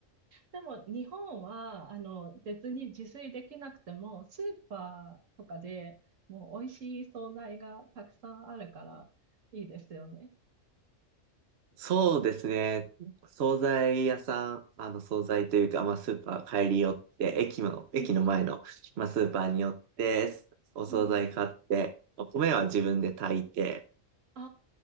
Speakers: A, on the right; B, on the right.
A: でも日本は、あの、別に自炊できなくても、スーパーとかでもう美味しい惣菜がたくさんあるからいいですよね。
B: そうですね。惣菜屋さん、あの、惣菜というか、まあ、スーパー帰り寄って、駅の、駅の前の、
A: うんうん。
B: まあ、スーパーに寄って、お惣菜買って、
A: うん。
B: お米は自分で炊いて、
A: あ